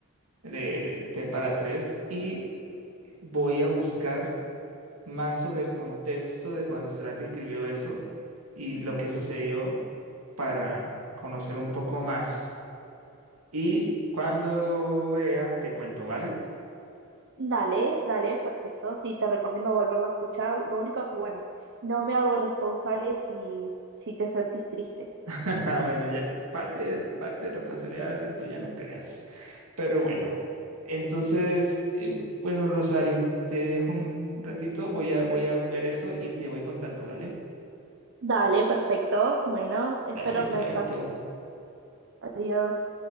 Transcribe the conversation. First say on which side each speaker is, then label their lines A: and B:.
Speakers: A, on the right (about 85°); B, on the right (about 55°).
A: el de T para tres, y voy a buscar. más sobre el contexto de cuando Cerati escribió eso y lo que sucedió para conocer un poco más. Y cuando lo vea, te cuento, ¿vale?
B: dale, dale, perfecto. Sí, te recomiendo volverla a escuchar. Lo único que, bueno, no me hago responsable si, si te sentís triste.
A: <laughs> Ah, Bueno, ya parte de, parte de responsabilidad va a ser tuya, no creas. Pero bueno, entonces, eh, bueno, Rosario, te dejo un ratito, voy a, voy a ver eso y te voy contando, ¿vale?
B: Dale, perfecto. Bueno, espero
A: Dale,
B: el
A: chaito.
B: mensaje. Adiós.